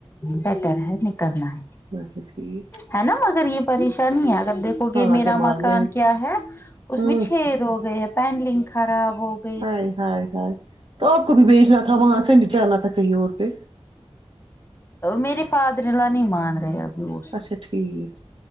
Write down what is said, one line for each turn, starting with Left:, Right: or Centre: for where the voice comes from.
Left: بیٹر ہے نکلنا ہے
Right: اچھا ٹھیک
Left: ہے ناں مگر یہ پریشانی ہے اگر دیکھو گے
Right: ہاں
Left: میرا
Right: دماغ
Left: مکان
Right: میں
Left: کیا ہے اس
Right: ہ
Left: میں چھ ہوگئے ہے پین لنگ خراب ہوگ
Right: ہائے ہائے ہائے تو آپ کو بھی بھیجنا تھا وہاں سے جانا تھا کہیں اور پہ
Left: میرے فادر انلاء نہیں مان رہے ابھی اس
Right: اچھا ٹھیک